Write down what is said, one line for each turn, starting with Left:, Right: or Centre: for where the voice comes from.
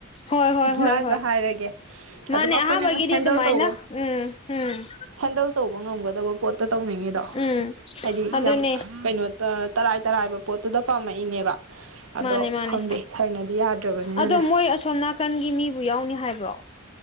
Left: ꯍꯣꯏ ꯍꯣꯏ ꯍꯣꯏ
Right: ꯂꯥꯏꯕ
Left: ꯍꯣꯏ
Right: ꯍꯥꯏꯔꯒꯦ
Left: ꯃꯥꯅꯦ
Right: ꯑꯗꯨꯝ ꯑꯩꯈꯣꯏꯅ
Left: ꯑꯍꯥꯟꯕꯒꯤꯗꯤ
Right: ꯍꯦꯟꯗꯜ
Left: ꯑꯗꯨꯃꯥꯏꯅ
Right: ꯇꯧꯕ
Left: ꯎꯝ ꯎꯝ
Right: ꯍꯦꯟꯗꯜ ꯇꯧꯕ ꯉꯝꯒꯗꯕ ꯄꯣꯠꯇ ꯇꯧꯅꯤꯡꯉꯤꯗꯣ
Left: ꯎꯝ
Right: ꯍꯥꯏꯗꯤ
Left: ꯑꯗꯨꯅꯦ
Right: ꯌꯥꯝ ꯀꯩꯅꯣ ꯇꯔꯥꯏ ꯇꯔꯥꯏꯕ ꯄꯣꯠꯇꯨꯗ ꯄꯥꯝꯃꯛꯏꯅꯦꯕ ꯑꯗꯣ
Left: ꯃꯥꯅꯦ ꯃꯥꯅꯦ
Right: ꯈꯪꯗꯦ ꯁꯥꯔꯅꯗꯤ ꯌꯥꯗ꯭ꯔꯕꯅꯤꯅꯅꯦ
Left: ꯑꯗꯣ ꯃꯣꯏ ꯑꯁꯣꯝ ꯅꯥꯀꯟꯒꯤ ꯃꯤꯕꯨ ꯌꯥꯎꯅꯤ ꯍꯥꯏꯕ꯭ꯔꯣ